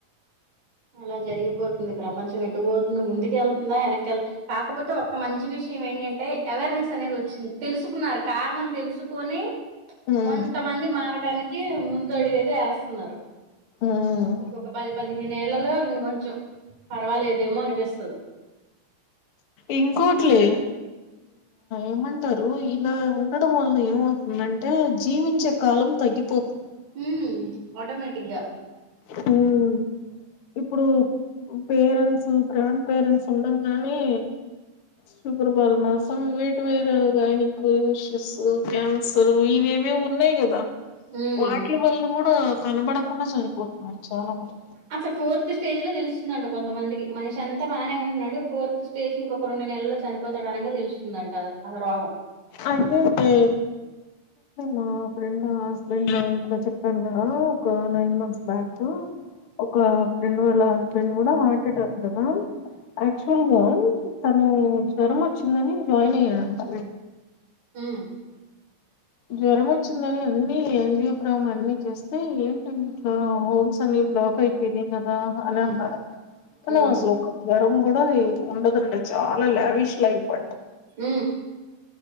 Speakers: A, on the right (about 80°); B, on the left (about 50°).
A: అలా జరిగిపోతుంది ప్రపంచం ఎటు పోతుంది ముందుకు వెళ్తుందా వెనక్కి వెళ్. కాకపోతే ఒక్క మంచి విషయం ఏంటంటే అవేర్నెస్ అనేది వచ్. తెలుసుకున్నారు కారణం తెలుసుకొని
B: మ్మ్
A: కొంతమంది మారటనికి. ముందు అడగతే వేస్తున్నారు
B: మ్మ్
A: ఇంకొ పది పదిహెంకి. న్నేళ్లలో ఇంకొంచెం పర్వాలేదేమో అనిపిస్తది.
B: ఇంకోటిలే. ఏమంటారు ఇలా ఉండడం వల్ల ఏమతుందంటే జీవించ. కాలం తగ్గిపోతుంది.
A: హ ఆటోమేటిక్ గా.
B: హ ఇప్పుడు పేరెంట్స్ గ్రాండ్ పేరెంట్స్ ఉండంగానే. శుక్రబాలన్నాస వే వేర గైనిక్ ఇష్యూస్ క్యాన్. సరూ ఇవేవో ఉన్నాయి కదా.
A: ఉ.
B: వాటిల వల్లన కూడా కనబడకుండా చనిపోతున్నారు చాలా మంది.
A: అసలు ఫోర్త్ స్టేజ్ లో తెలుస్తుందింట కొంత మంది మనిషి అంత బాగానే ఉంటున్నాడు ఫోర్త్ స్టేజ్ ఇంక రెండు నెలలో. చనిపోతాడ అనగా తెలుస్తుందంట ఆ రోగం.
B: అంటే టే. మా ఫ్రెండ్ హస్బెండ్ ఇట్లా చెప్పాను కదా ఒక నైన్ మన్స్ బ్యాక్. ఒక బెండు వాళ్ళ బెండు కూడా మావెన్టిటా వస్తదా. యాక్చువల్గా తను జ్వరం వచ్చిందని జాయిన్ అయ్యాడంట.
A: హ.
B: జ్వరం వచ్చిందని అన్ని ఎంజో గ్రామ్ అన్ని చేస్. అయితే ఏంటి ఇట్లో హోల్స్ అన్ని బ్లాక్ అయిపోయినాయి కదా అని అన్నారంట. తల
A: హ్మ్
B: అసలు ఒక జరం కూడా ఉండదండి చాలా లావిష్ లైఫ్ అంట.
A: హ.